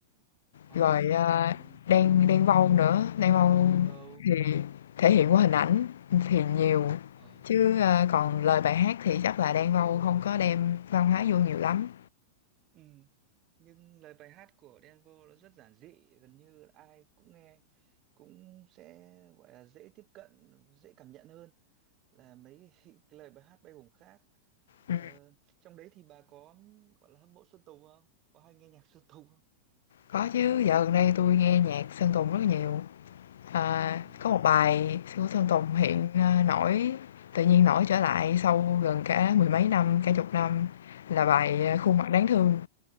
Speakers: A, on the right (about 35°); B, on the left (about 80°).
A: Hòa
B: rồi,
A: Minzy
B: a,
A: đúng rồi
B: Đen Đen Vâu nữa, Đen Vâu
A: Đen Vâu
B: thì thể hiện qua hình ảnh thì nhiều,
A: ờ
B: chứ, a, còn lời bài hát thì chắc là Đen Vâu không có đem văn hóa vô nhiều lắm.
A: ừ. nhưng lời bài hát của Đen Vâu nó rất giản dị gần như là ai cũng nghe cũng sẽ gọi là dễ tiếp cận dễ cảm nhận hơn là mấy <laughs> cái lời bài hát bay bổng khác
B: Ừm,
A: Ờ, trong đấy thì bà có gọi là hâm mộ Sơn Tùng không? Có hay nghe nhạc Sơn Tùng không?
B: có chứ, dạo gần đây tôi nghe nhạc Sơn Tùng rất là nhiều. À,
A: À,
B: có một bài Sư Tử Sơn Tùng hiện, ơ, nổi tự nhiên nổi trở lại sau gần cả mười mấy năm, cả chục năm là bài,
A: ừ.
B: ờ, "Khuôn mặt đáng thương."